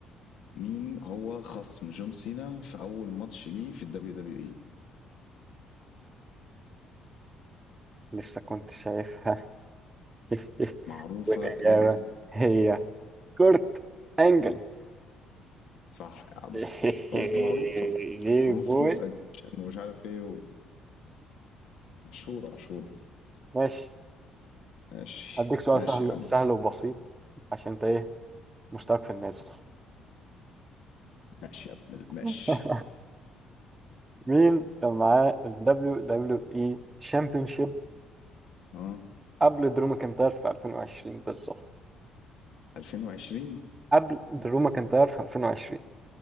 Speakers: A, on the left; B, on the right.
A: مين هو خصم جون سينا في أول ماتش ليه في الدبليو دبليو إي
B: لسه كنت شايفها <laughs>
A: معروفة
B: والإجابة
A: جدا
B: هي كورت أنجل
A: صح يا عم
B: <laughs>
A: أصل معروفة
B: دي
A: روثلس
B: بوي
A: أجيشن ومش عارف إيه ومشهورة مشهورة
B: ماشي
A: ماشي
B: هديك سؤال
A: ماشي
B: سهل
A: يا عم
B: سهل وبسيط عشان انت ايه مشترك في النازل
A: ماشي يا ابن ال- ماشي
B: <laughs> مين كان معاه ال WWE Championship
A: اه
B: قبل درو ماكنتاير في 2020 بالظبط
A: 2020
B: قبل درو ماكنتاير في 2020